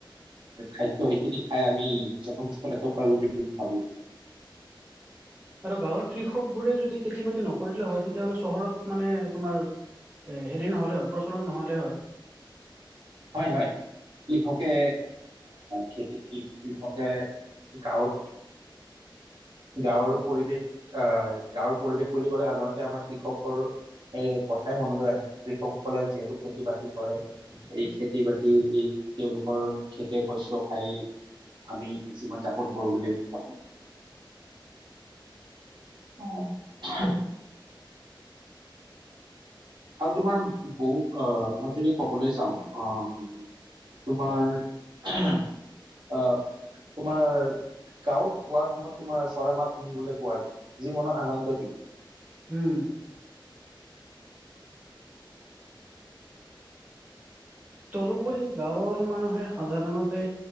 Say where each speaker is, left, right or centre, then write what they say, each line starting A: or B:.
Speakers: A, on the right (about 65°); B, on the right (about 20°).
A: খাদ্য সেইখিনি খাই আমি <unintelligible> পাৰো বুলি ভাবো।
B: আৰু গাঁৱৰ কৃষকবোৰে যদি খেতি-বাতি নকৰিলে হয়, তেতিয়াহ'লে চহৰত মানে তোমাৰ হেৰি নহ'লে হয় প্ৰচলন নহ'লে হয়।
A: হয় হয়, কৃষকে খেতি কৃষকে গাঁৱত গাঁৱৰ পৰিৱেশ আহ গাঁৱৰ পৰিৱেশ বুলি ক'লে সাধাৰণতে আমাৰ কৃষকৰ এই কথাই মনলৈ আহে কৃষকসকলে যিহেতু খেতি-বাতি কৰে। এই খেতি-বাতি এই তেওঁলোকৰ খেতিৰ শস্য <unintelligible> আমি জীৱন যাপন কৰো বুলি মই ভাবো।
B: <inaudible>
A: <inaudible> আৰু তোমাৰ বহুত আহ মই যদি ক'বলৈ যাওঁ অ' তোমাৰ আহ, তোমাৰ গাঁৱত পোৱাৰ সময়ত তোমাৰ চৰাই মাত শুনিবলৈ পোৱা যায়, যি মনত আনন্দ দিয়ে।
B: উম। তদুপৰি গাঁৱৰ মানুহে সাধাৰণতে